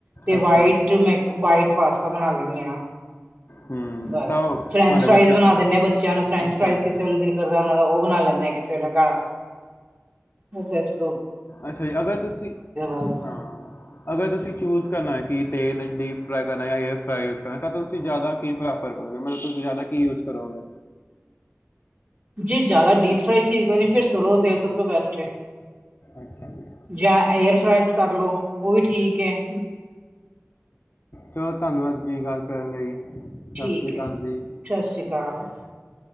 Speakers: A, on the right; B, on the left.
A: ਤੇ
B: ਅੱਛਾ
A: ਵਾਈਟ
B: ਜੀ
A: ਮੈਂ ਵਾਈਟ ਪਾਸਤਾ ਬਣਾ ਲੈਂਦੇ ਹਾਂ।
B: ਹੂੰ।
A: ਬਸ
B: ਤਾਂ ਉਹ
A: ਫਰੈਂਚ
B: ਤੁਹਾਡੇ
A: ਫਰਾਈਜ਼
B: ਬੱਚਾ
A: ਬਣਾ ਦਿੰਦੇ ਆ ਬੱਚਿਆਂ ਨੂੰ, ਫਰੈਂਚ
B: ਅੱਛਾ
A: ਫਰਾਈਜ਼
B: ਜੀ
A: ਕਿਸੇ ਵੇਲੇ ਦਿਲ ਕਰਦਾ ਉਹਨਾ ਦਾ ਉਹ ਬਣਾ ਲੈਂਦੇ ਆ ਕਿਸੇ ਵੇਲੇ ਘਰ। ਅੱਛਾ ਜੀ।
B: ਅੱਛਾ ਜੀ, ਅਗਰ ਤੁਸੀਂ
A: ਬਸ
B: ਹਾਂ ਅਗਰ ਤੁਸੀਂ ਚੂਜ਼ ਕਰਨਾ ਕਿ ਤੇਲ ਡੀਪ ਫਰਾਈ ਕਰਨਾ ਜਾਂ ਏਰ ਫਰਾਈ ਯੂਜ ਕਰਨਾ ਤਾਂ ਤੁਸੀਂ ਜ਼ਿਆਦਾ ਕੀ ਪ੍ਰੈਫਰ ਕਰੋਗੇ ਮਤਲਬ ਤੁਸੀਂ ਜ਼ਿਆਦਾ ਕੀ ਯੂਜ ਕਰੋਗੇ?
A: ਜੇ ਜ਼ਿਆਦਾ ਡੀਪ ਫਰਾਈਡ ਚੀਜ਼ ਕਰਨੀ ਹੈ। ਫਿਰ ਸਰੋ ਦਾ ਤੇਲ ਸਭ ਤੋਂ ਬੈਸਟ ਹੈ।
B: ਅੱਛਾ ਜੀ
A: ਜਾਂ ਏਅਰਫਰਾਈਰਸ ਕਰ ਲਉ ਉਹ ਵੀ ਠੀਕ ਹੈ।
B: ਚਲੋ ਧੰਨਵਾਦ ਜੀ ਗੱਲ ਕਰਨ ਲਈ। ਸਤਿ
A: ਠੀਕ
B: ਸ਼੍ਰੀ ਅਕਾਲ
A: ਹੈ
B: ਜੀ
A: ਸਤਿ ਸ੍ਰੀ ਅਕਾਲ।